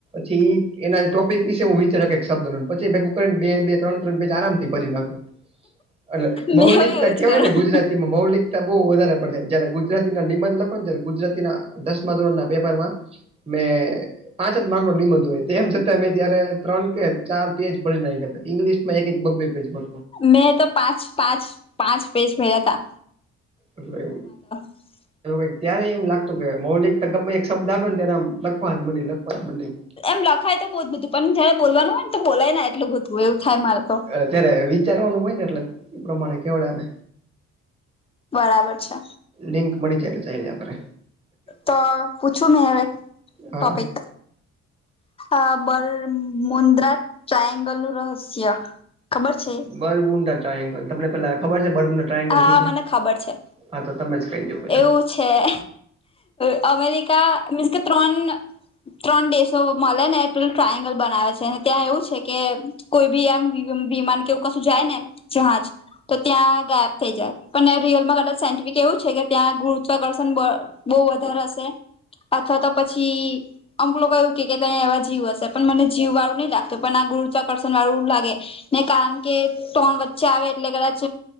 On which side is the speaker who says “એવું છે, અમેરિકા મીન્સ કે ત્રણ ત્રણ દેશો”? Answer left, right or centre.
Left